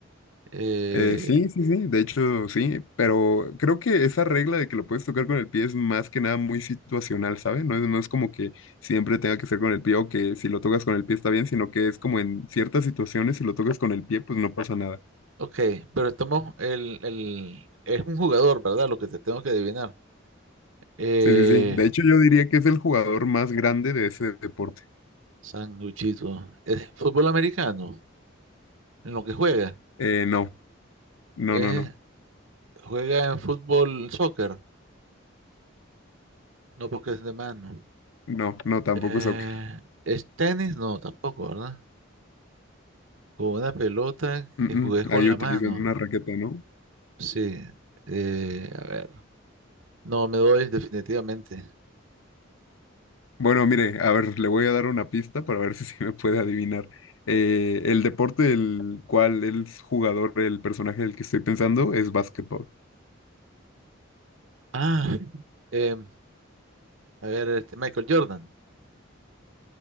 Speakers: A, on the right; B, on the left.
A: Eh,
B: Eh, sí, sí, sí, de hecho sí, pero creo que esa regla de que lo puedes tocar con el pie es más que nada muy situacional, ¿sabes? No es, no es como que siempre tenga que ser con el pie o que si lo tocas con el pie está bien, sino que es como en ciertas situaciones si lo tocas con el pie pues no pasa nada.
A: ok, pero estamos, el, el, es un jugador, ¿verdad? Lo que te tengo que adivinar. Eh,
B: Sí, sí, sí, de hecho yo diría que es el jugador más grande de ese deporte.
A: sanguchito, ¿es fútbol americano? En lo que juega,
B: Eh, no, no,
A: ¿Es-
B: no, no,
A: juega en fútbol, soccer, no porque es de mano.
B: no, no, tampoco
A: Eh,
B: es soccer.
A: ¿es tenis? No, tampoco, ¿verdad? Con una pelota
B: Mm,
A: que jugué
B: mm,
A: con
B: Ahí
A: la
B: utilizan
A: mano.
B: una raqueta, ¿no?
A: Sí. eh, a ver. No, me doy definitivamente.
B: Bueno, mire, a ver, le voy a dar una pista para ver <laughs> si se me puede adivinar. Eh, el deporte del cual el jugador, el personaje del que estoy pensando, es básquetbol.
A: Ah, <laughs> em, a ver, este Michael Jordan.